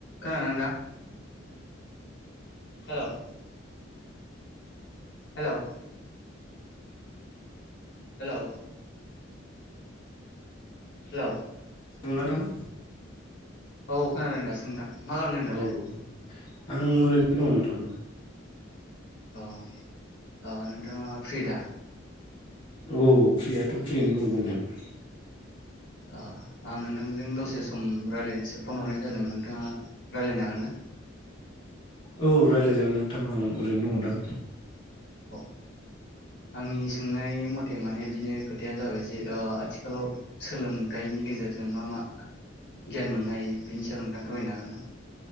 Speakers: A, on the left (about 65°); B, on the left (about 25°).
A: खानादोंना नोंथां? Hello hello hello हेल'
B: <unintelligible>
A: औ खोनादों दासो नोंथां। मा खालामदों दालाय?
B: औ औ आं ओरैनो दं नोंथां।
A: अ अ नोंथाङा फ्रि दा?
B: औ औ फ्रियाथ' फ्रियैनो दङ दंनाया।
A: अ आं नोंथांजों दसे सम रायज्लायनोसो फन हरनाय जादोंमोन नोंथाङा रायलायनो हागोन ना?
B: औ रायलायजागोन नोंथां आं ओरैनो दङ' दा।
A: अ। आंनि सोंनाय मथे माने बिदिनो खोथाया जाबाय जे ओ आथिखालाव सोलोंथाइनि गेजेरजों मा मा गियान मोननो हायो। बेनि सायाव नोंथाङा फोरमायनो हागोन ना?